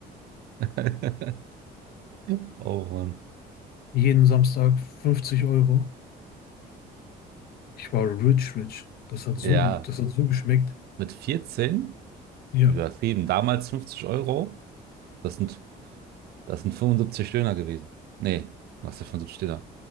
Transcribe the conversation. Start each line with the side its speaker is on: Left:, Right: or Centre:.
Right: <laughs> Oh Mann.
Left: Jeden Samstag 50 Euro. Ich war rich, rich. Das hat
Right: Ja,
Left: so gut, das hat so geschmeckt.
Right: mit 14,
Left: Ja,
Right: übertrieben, damals 50 Euro, das sind, das sind 75 Döner gewesen. Nee, was für 75 Döner?